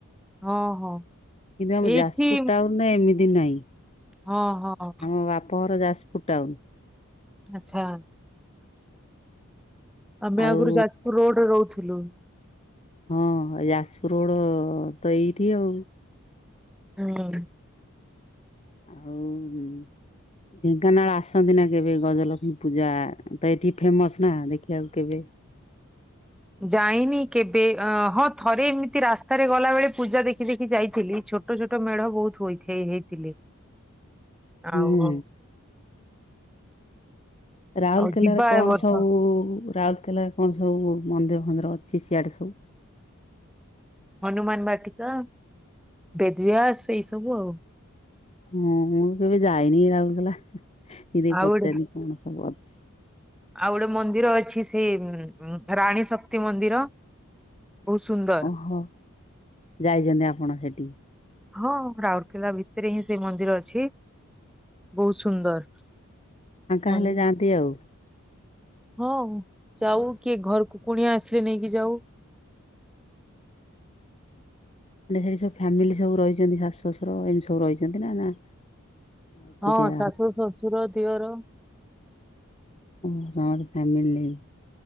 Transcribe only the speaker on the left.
କିନ୍ତୁ ଆମ
ଯାସପୁର ଟାଉନ ରେ ଏମିତି ନାହିଁ
ଆମ ବାପଘର ଯାସପୁ ପୁଟାଉନ।
ଆଉ
ହଁ ଯାସପୁର ରୋଡ ତ ଏଇଠି ଆଉ।
ଆଉ ଉମ୍। ଢେଙ୍କାନାଳ ଆସନ୍ତି ନା କେବେ ଗଜଲକ୍ଷ୍ମୀ ପୂଜା ତ ଏଠି ଫେମସ ନା ଦେଖିବାକୁ କେବେ?
ହୁଁ।
ରାଉରକେଲାରେ
କଣ
ସବୁ ରାଉରକେଲା କଣ ସବୁ ମନ୍ଦିର ଫନ୍ଦିର ଅଛି ସିଆଡ଼େ ସବୁ?
ହଁ ମୁଁ କେବେ ଯାଇନି ରାଉଲକେଲା ସେ ଦେଇ
ପଚାରନି
କଣ ସବୁ ଅଛି।
ଓହୋ ଯାଇଛନ୍ତି ଆପଣ ସେଠିକି?
ଫାଙ୍କା
ହେଲେ ଯାଆନ୍ତି ଆଉ।
ମାନେ ସେଠି ସବୁ ଫ୍ୟାମିଲି ସବୁ ରହିଛନ୍ତି ଶାଶୁ ଶଶୁର ଏମିତି ସବୁ ରହିଛନ୍ତି ନା ଏକୁଟିଆ
ଓ ତମର ଫ୍ୟାମିଲି ନେଇ